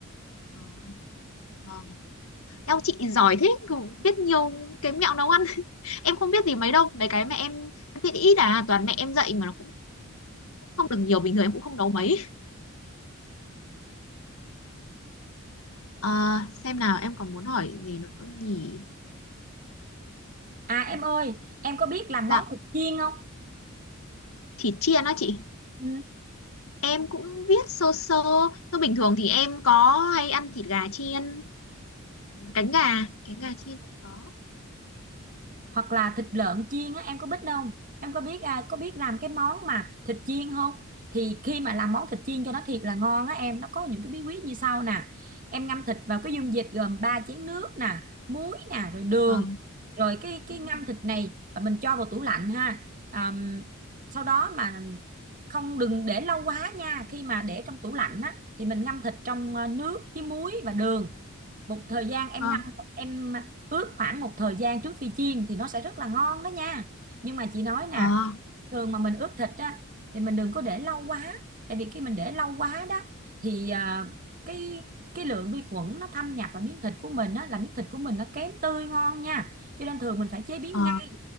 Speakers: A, on the left (about 85°); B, on the right (about 40°).
A: Ờ, vâng eo chị giỏi thế cứ biết nhiều cái mẹo nấu ăn <laughs> em không biết gì mấy đâu mấy cái mẹ em em biết ít à toàn mẹ em dạy mà nó cũng không được nhiều bình thường em cũng không nấu mấy Ờ, xem nào em còn muốn hỏi gì nữa nhỉ
B: à em ơi em có biết làm
A: dạ
B: món thịt chiên không
A: thịt chiên đó chị
B: ừ.
A: em cũng biết sơ sơ Thôi bình thường thì em có hay ăn thịt gà chiên cánh gà cánh gà chiên cũng có
B: hoặc là thịt lợn chiên á em có biết không em có biết à, có biết làm cái món mà thịt chiên không thì khi mà làm món thịt chiên cho nó thiệt là ngon á em nó có những cái bí quyết như sau nè em ngâm thịt vào cái dung dịch gồm 3 chén nước nè muối nè rồi đường
A: vâng
B: rồi cái
A: Ừ.
B: cái ngâm thịt này và mình cho vào tủ lạnh ha Àm, sau đó mà không đừng để lâu quá nha khi mà để trong tủ lạnh á thì mình ngâm thịt trong à, nước với muối và đường một thời gian em
A: vâng
B: ngâm em ướp khoảng một thời gian trước khi chiên thì nó sẽ rất là ngon đó nha nhưng mà chị nói nè
A: ờ
B: thường mà mình ướp thịt á thì mình đừng có để lâu quá tại vì khi mình để lâu quá đó thì à, cái cái lượng vi khuẩn nó thâm nhập vào miếng thịt của mình á là miếng thịt của mình nó kém tươi ngon nha cho nên thường mình phải chế biến
A: ờ
B: ngay